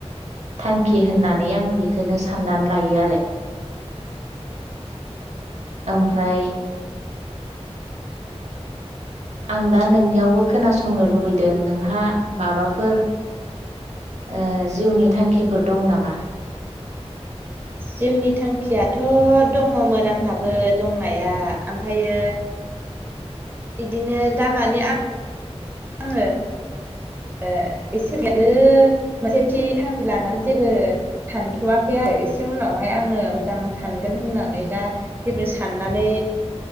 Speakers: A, on the right; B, on the right.
A: थांखि होननानै आं बेखोनो साननानै लायो आरो। ओमफ्राय आं दा नोंनियावबो खोनासंनो लुबैदों नोंहा माबाफोर ओ जिउनि थांखिफोर दं नामा?
B: जिउनि थांखियाथ' दङ'मोन आंहाबो दंनाया ओमफ्रायो <inaudible> बिदिनो दामानि आं आङो ओ एसेब्लाबो मोनसे थि थांखि लानानै जेबो सानथ'वाखै आरो एसे उनावहाय आङो मोजां सानगोन होननानै दा जेबो साननानै